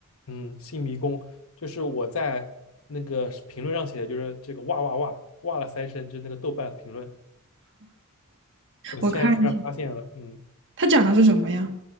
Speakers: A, on the left (about 70°); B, on the right (about 55°).
A: 嗯，新迷宫就是我在那个是评论上写的，就是这个哇哇哇哇了三声，就是那个豆瓣评论。我现在突然发现了，
B: 我看一下，
A: 嗯，
B: 它讲的是什么呀？